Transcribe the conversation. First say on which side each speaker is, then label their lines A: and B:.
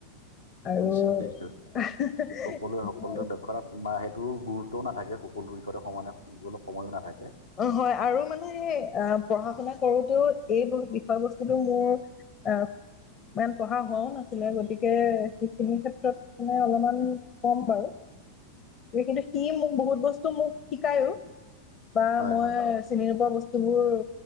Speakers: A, on the left; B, on the left.
A: আৰু
B: বুজিছো বুজিছো সকলোৱে সকলোৰে দক্ষতাত বা সেইটো গুৰুত্বও নাথাকে সকলো দিশতে সমানে <unintelligible> সময়ো নাথাকে।
A: অ', হয়, আৰু মানে পঢ়া শুনা কৰোতেও এই বহুত বিষয় বস্তুটো মোৰ আ, ইমান পঢ়া হোৱাও নাছিলে গতিকে সেইখিনি ক্ষেত্ৰত মানে অলপমান ক'ম বাৰু। কিন্তু সি মোক বহুত বস্তু মোক শিকায়ও বা
B: হয়
A: মই
B: হয়
A: চিনি নোপোৱা বস্তুবোৰ